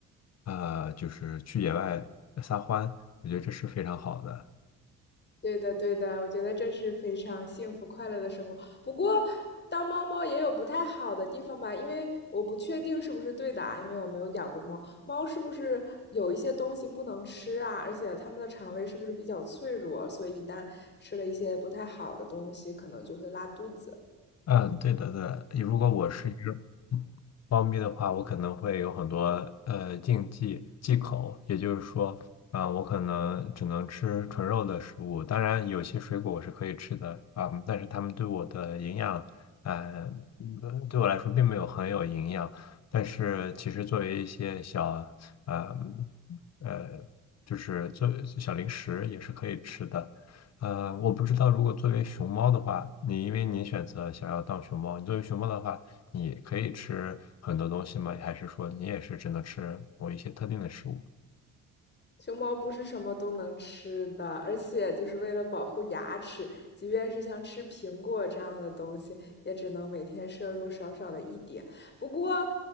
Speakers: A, on the left; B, on the left.
A: 呃就是去野外撒欢，我觉得这是非常好的。
B: 对的，对的，我觉得这是非常幸福快乐的生活。不过，当猫猫也有不太好的地方吧，因为我不确定是不是对的啊，因为我没有养过猫。猫是不是有一些东西不能吃啊？而且它们的肠胃是不是比较脆弱，所以一旦吃了一些不太好的东西，可能就会拉肚子。
A: 嗯，对的，对的。如果我是一只猫咪的话，我可能会有很多呃禁忌忌口，也就是说，啊、我可能只能吃纯肉的食物。当然，有些水果我是可以吃的啊、但是它们对我的营养，呃，嗯对我来说并没有很有营养。但是其实作为一些小，呃，嗯呃，就是做小零食也是可以吃的。呃，我不知道，如果作为熊猫的话，你因为你选择想要当熊猫，你作为熊猫的话，你可以吃很多东西吗？还是说你也是只能吃某一些特定的食物？
B: 熊猫不是什么都能吃的，而且就是为了保护牙齿，即便是像吃苹果这样的东西，也只能每天摄入少少的一点。不过，